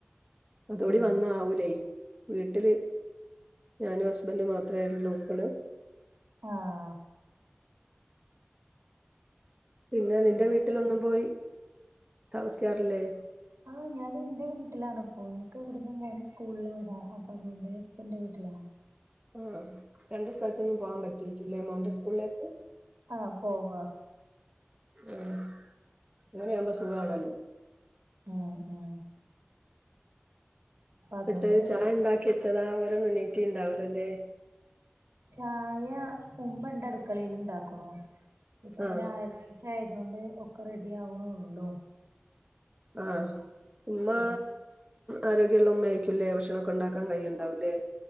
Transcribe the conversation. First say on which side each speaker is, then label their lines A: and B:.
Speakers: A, on the right; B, on the right.
A: അതൂടി
B: ഉം
A: വന്നാ ആവൂലേ. വീട്ട്ല് ഞാനും ഹസ്ബെൻ്റും മാത്രേ ള്ളൂ ഇപ്പള്.
B: ആഹ്
A: പിന്നെ നിന്റെ
B: വേ
A: വീട്ടിലൊന്നും പോയി താമസിക്കാറില്ലേ
B: ആഹ്. ഞാന് ന്റെ വീട്ട്ലാണ്പ്പോ. ഇൻക്ക് വ്ട്ന്നും മോന് സ്ക്കൂള്ള് വിടാ. അപ്പൊ അത്കൊണ്ട് പ്പ ൻ്റെ വീട്ടിലാ.
A: ആഹ്. രണ്ട് സ്ഥൽത്ത്ന്നും പോവാൻ പറ്റേക്കുല്ലേ മോൻ്റെ സ് ക്കൂള്ളേക്ക്?
B: ആഹ് പോവാം.
A: ആഹ്. ങ്ങനെയാമ്പൊ സുഖാണല്ലോ
B: മാ മാ അതുകൊണ്ട്
A: ന്ന്ട്ട് ചായ ണ്ടാക്കിച്ചെതാ. ഓലൊന്നെണീറ്റീണ്ടാവ് ല്ലലേ?
B: ചായ ഉമ്മണ്ടട്ക്കളേല് ണ്ടാക്ക്ണൂ. ഇപ്പ <unintelligible>
A: ആ
B: ച്ച് നേയതോണ്ട് ഒക്കെ റെഡി ആവ്ണൊള്ളൂ.
A: ആഹ് ഉമ്മാ
B: പിന്നെ
A: ആരോഗ്യള്ള ഉമ്മയായിരിക്കൂല്ലേ ഭക്ഷണൊക്കെ ഉണ്ടാക്കൻ കയ്യുണ്ടാവൂംല്ലേ